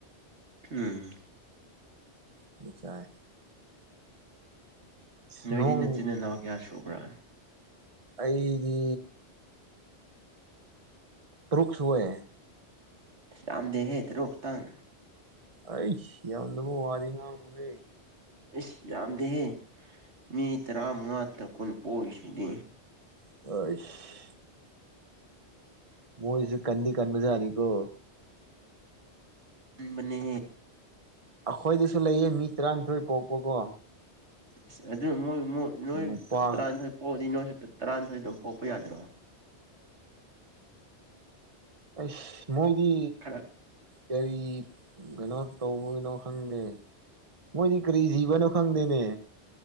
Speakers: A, on the right; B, on the right.
A: ꯎꯝ
B: ꯑꯗꯨ ꯆꯥꯏ ꯑꯁ
A: ꯅꯣꯏꯗꯤ
B: ꯅꯣꯡ
A: ꯅꯆꯤꯟ ꯏꯅꯥꯎ ꯀꯌꯥ ꯁꯨꯕ꯭ꯔꯥ
B: ꯑꯩꯗꯤ ꯇ꯭ꯔꯨꯛꯁꯨꯋꯦ
A: ꯌꯥꯝꯗꯦ ꯍꯦ ꯇꯔꯨꯛ ꯈꯇꯪ
B: ꯑꯩꯁ ꯌꯥꯝꯗꯕ ꯋꯥꯗꯤ ꯉꯥꯡꯅꯨꯍꯦ
A: ꯏꯁ ꯌꯥꯥꯝꯗꯦꯍꯦ ꯃꯤ ꯇꯔꯥ ꯃꯉꯥ ꯀꯨꯟ ꯇ ꯄꯣꯛꯂꯤꯁꯤꯗꯤ
B: ꯍꯩꯁ ꯃꯣꯏꯁꯨ ꯀꯟꯗꯤ ꯀꯟꯕꯖꯥꯠꯅꯤꯀꯣ
A: ꯀꯟꯕꯅꯦꯍꯦ
B: ꯑꯩꯈꯣꯏꯗꯁꯨ ꯂꯩꯌꯦ ꯃꯤ ꯇꯔꯥꯅꯤꯊꯣꯏ ꯄꯣꯛꯄꯀꯣ
A: ꯏꯁ ꯑꯗꯨ ꯃꯣꯏ ꯃꯣꯏ ꯅꯣꯏ
B: ꯅꯨꯄꯥ
A: ꯇꯔꯥꯅꯤꯊꯣꯏ ꯐꯥꯎꯕꯗꯤ ꯅꯣꯏꯁꯨ ꯇꯔꯥꯅꯤꯊꯣꯏ ꯑꯗꯨꯝ ꯄꯣꯛꯄ ꯌꯥꯗ꯭ꯔꯣ
B: ꯑꯩꯁ ꯃꯣꯏꯗꯤ
A: ꯈꯔ
B: ꯀꯔꯤ ꯀꯩꯅꯣ ꯇꯧꯕꯩꯅꯣ ꯈꯪꯗꯦ ꯃꯣꯏꯗꯤ ꯀꯔꯤ ꯖꯤꯕꯅꯣ ꯈꯪꯗꯦꯅꯦ